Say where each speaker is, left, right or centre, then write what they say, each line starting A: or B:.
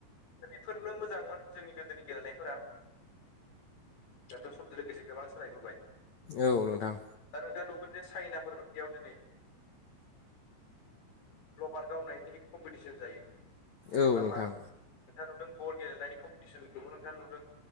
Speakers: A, on the left; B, on the left.
A: दा बेफोरनो मोजांमोन जोंनि गोदोनि गेलेनायफोरा। दाथ' समजों लोगोसे गोबां सोलायबोबाय।
B: औ नोंथां।
A: दा नोंथाङा नुबबो चाइनाफोर बायदियाव दिनै लभार गावनायनि कम्पिटिसन जायो
B: औ
A: एबा
B: नोंथां
A: मारबल नोंथाङा नुदों बल गेलेनायनि कम्पिटिसनखौबो नोंथाङा नुदों।